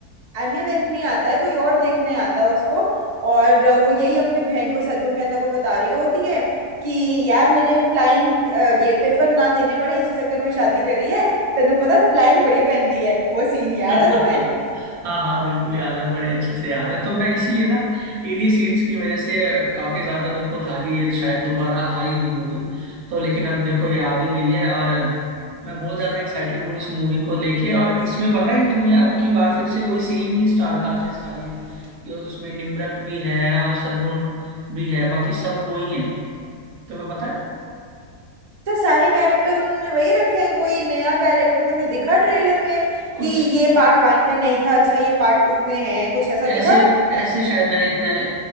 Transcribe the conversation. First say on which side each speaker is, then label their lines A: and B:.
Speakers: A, on the right; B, on the right.
A: एमी विर्क नहीं आता है कोई और देखने आता है उसको और अ, वो यही अपने बहन को सरगुन मेहता को बता रही होती है कि यार मैंने फ्लाइंग ये पेपर ना देने पड़े इसी चक्कर में शादी करी है तेनू पता फ्लाइंग बड़ी पहनती है वो सीन याद
B: हाँ
A: है तुम्हें
B: हाँ बिल्कुल याद है बड़े अच्छे से याद है तो मैं इसीलिए ना इन्हीं सीन्स की वजह से काफी ज्यादा मेरे को था कि ये शायद दोबारा आएगी मूवी तो लेकिन अब देखो ये आ भी गई है और मैं बहुत ज्यादा एक्साइटेड हूँ इस मूवी को लेके और इसमें पता है तुम्हें अब की बार फिर से वही सेम ही स्टार कास्ट है सारी ये उसमें निम्रत भी है और सरगुण भी है बाकी सब वही है तुम्हें पता है
A: अच्छा सारे कैरेक्टर्स उन्होंने वही रखे हैं कोई नया कैरेक्टर तुम्हें दिखा ट्रेलर में
B: कुछ
A: कि ये पार्ट वन में नहीं था अच्छा ये पार्ट टू में है कुछ ऐसा
B: ऐसे
A: दिखा
B: ऐसे शायद मैंने इतने